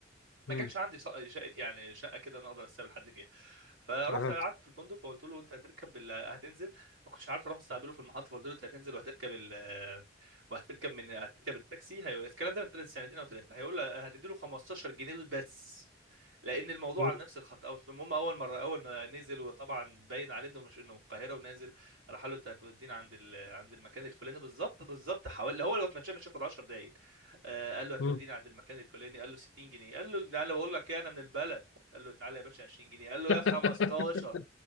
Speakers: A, on the right (about 80°); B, on the left (about 70°).
A: ما
B: مم.
A: كانش عندي شقه شقة- يعني شقه كده انا اقدر استقبل حد فيها فرحت
B: أها.
A: قعدت في الفندق فقلت له انت هتركب ال... هتنزل ما كنتش عارف اروح استقبله في المحطه فقلت له انت هتنزل وهتركب ال... وهتركب من هتركب التاكسي هيقول الكلام ده من ثلاث سنتين او ثلاثه هيقول لي هتديله 15 جنيه بس لان الموضوع
B: مم.
A: على نفس الخط اوت المهم اول مره اول ما نزل وطبعا باين عليه انه مش انه من القاهره ونازل راح قال له انت هتودينا عند ال... عند المكان الفلاني بالظبط بالظبط حوالي هو لو اتمشى مش هياخد 10 دقائق آه، قال له هتوديني
B: مم.
A: عند المكان الفلاني قال له 60 جنيه قال له تعالى بقول لك ايه انا من البلد قال له تعالى يا باشا 20 جنيه قال له
B: <laughs>
A: يا 15